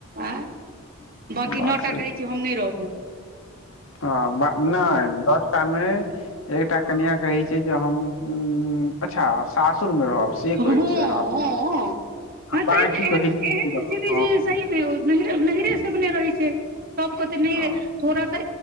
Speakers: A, on the right (about 40°); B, on the left (about 65°).
A: आ बकी
B: हूँ बात
A: न
B: सही
A: टा कहै छै हम नहि रहबू
B: ह नहि दस। <unintelligible> मे एकटा कनिया कहै छै जे हम्म अच्छा सासुर में रहब से
A: हँ
B: कहै छै
A: तहिमे
B: बाँकी
A: एहन-एहन
B: कहै छै हँ
A: स्थिति जे सही नहिरे सबने रहै छै सब कहे
B: हँ
A: थोड़ा सा